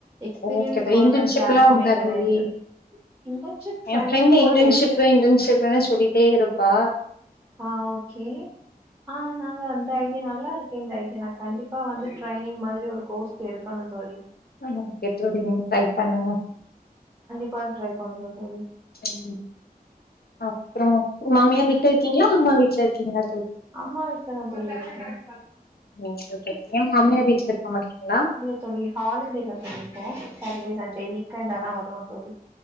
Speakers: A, on the right (about 15°); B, on the left (about 75°).
A: எக்ஸ்பீரியன்ஸ்
B: ஓகே தோழி
A: பர்சனுக்கு
B: இன்டன்ஷிப்
A: யாருக்குமே
B: எல்லா உண்டா
A: கெடையாது
B: தோழி
A: இன்டர்ன்ஷிப் ட்ரைனிங்
B: எ ஃப்ரெண்டு
A: போல
B: இன்டன்ஷிப்ல
A: எடுத்து
B: இன்டன்ஷிப்லனு சொல்லிட்டே இருப் பா
A: ஆ ஓகே ஆ நாங்க அந்த ஐடியா நல்லா இருக்கே இந்த ஐ டியா நா கண்டிப்பா வந்து டிரைனிங் மாதிரி ஒரு கோர்ஸ் எடுக்கணுந் தோழி
B: ஆ ஓகே தோழி ட்ரை பண்ணுங்க
A: கண்டிப்பா ட்ரை பண்ற தோழி
B: சேரி அப்புறோ மாமியார் வீட்ல இருக்கீங்களா அம்மா வீட் வீட்ல இருகீங்களா
A: அம்மா வீட்லதாந் தோழி இருக்க ம்
B: ஓகே ஓகே ஏ மாமியார்
A: ஓகே
B: வீட்ல
A: தோழி
B: இருக்க மாட்டீங்களா
A: இல்ல தோழி ஹாலிடேல இருக்க இப்போ சாட்டடே சண்டே வீக்ண்டானா வருவோந் தோழி